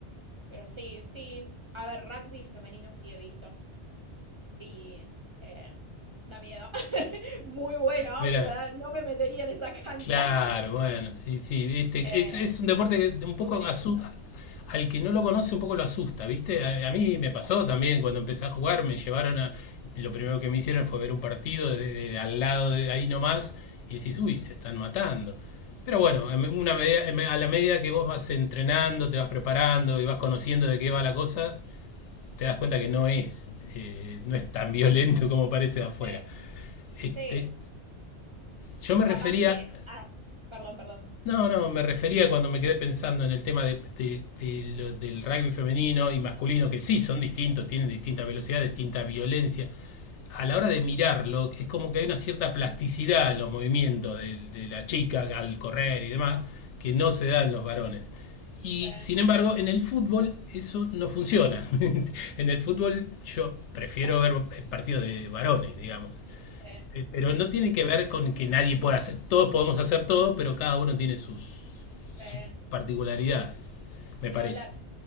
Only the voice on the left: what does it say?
Verá.
Claro,
bueno, sí, sí, viste,
es, es un deporte que un poco
asusta, al que no lo conoce un poco lo asusta, viste, a, a mí me pasó también cuando empecé a jugar, me llevaron a, lo primero que me hicieron fue ver un partido desde al lado de ahí nomás y decís, uy, se están matando. Pero bueno, en una medida- en- a la medida que vos vas entrenando, te vas preparando y vas conociendo de qué va la cosa, te das cuenta que no es, eh, no es tan violento como parece de afuera.
Este,
yo me
refería,
no, no,
me refería cuando me quedé pensando en el tema de- de- de lo- del rugby femenino y masculino, que sí, son distintos, tienen distinta velocidad, distinta violencia. A la hora de mirarlo, es como que hay una cierta plasticidad en los movimientos de, de la chica al correr y demás, que no se da en los varones. Y
sin embargo, en el fútbol eso no funciona. <laughs> En el fútbol yo prefiero ver eh, partidos de varones, digamos.
Eh, Pero no tiene
que ver con que nadie pueda hacer, todos podemos hacer todo, pero cada uno tiene sus sus
particularidades, me
parece.